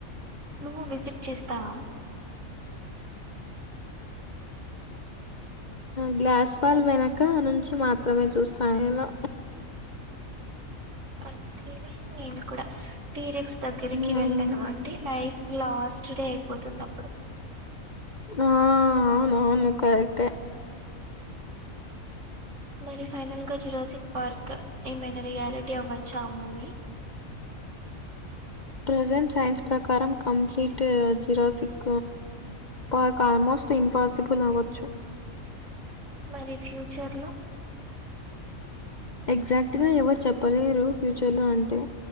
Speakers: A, on the right; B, on the left.
A: నువ్వు విజిట్ చేస్తావా
B: గ్లాస్ పాల్ వెనక నుంచి మాత్ర మాత్రమే చూస్తా నేను
A: అంతేలే నేను కూడా <unintelligible> దగ్గరికి
B: హ్మ్.
A: వెళ్ళను ఆంట్ అంటే లైఫ్ లాస్ట్ డే అయిపోతుందప్పుడు
B: ఆ అవునవును కరెక్టే
A: మరి ఫైనల్ గా జురాసిక్ పార్క్ ఏమైనా రియాలిటీ అవ్వొచ్చా ఆ మూవీ
B: ప్రెజెంట్ సైన్స్ ప్రకారం complete Jurassic park almost impossible అవ్వొచ్చు
A: మరి ఫ్యూచర్ లో
B: ఎగ్జాక్ట్గా ఎవరు చెప్పలేరు ఫ్యూచర్ లో అంటే